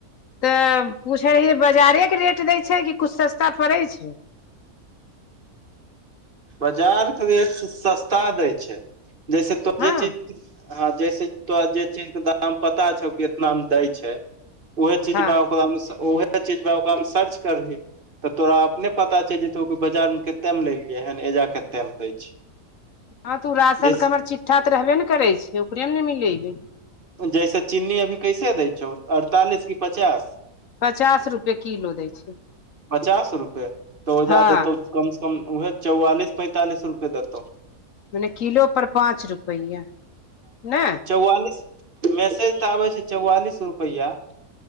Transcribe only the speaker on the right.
बाजारके रेट स सस्ता दै छै जैसे तो
जे चीज हँ जैसे तोरा जे चीज के दाम पता छौ कि इतना मे दै छै उहे
चीज बा ओकरामे उहे चीज बा ओकरामे सर्च करबही तऽ तोरा अपने पता छै जे तो बाजारमे कतेकमे ललियैहेन जा कतेक मे दै छै
जैस
जैसे चीन्नी अभी कैसे दै छौ अड़तालीस कि पचास
पचास रुपए त ओ
जा दैतो कम से कम वएह चौवालीस पैंतालिस रुपए देतौ
चौआालीस मैसेज तऽ आबै छै चौआलिस रुपैआ